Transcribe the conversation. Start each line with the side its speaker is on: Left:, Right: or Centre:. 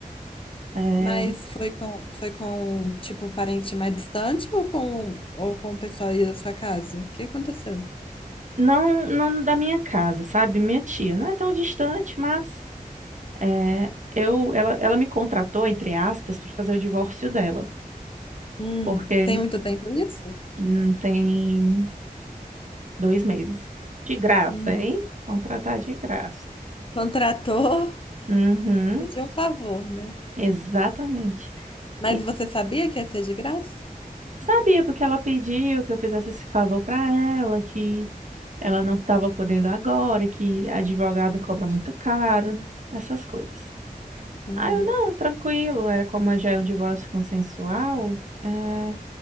Right: É,
Left: Mas foi com, foi com, tipo, um parente mais distante ou com, ou com o pessoal aí da sua casa? O que aconteceu?
Right: não, não da minha casa, sabe? Minha tia não é tão distante, mas é, eu, ela, ela me contratou, entre aspas, para fazer o divórcio dela.
Left: Hum,
Right: Porque
Left: tem muito tempo isso?
Right: hum, tem Dois meses. De graça,
Left: Hum.
Right: hein? Contratar de graça.
Left: Contratou,
Right: Uhum,
Left: <laughs> pediu um favor, né?
Right: exatamente.
Left: Mas
Right: E
Left: você sabia que ia ser de graça?
Right: sabia porque ela pediu que eu fizesse esse favor para ela, que ela não estava podendo agora, e que advogado cobra muito caro, essas coisas.
Left: Uhum,
Right: Aí eu, não, tranquilo, é como já é um divórcio consensual, é,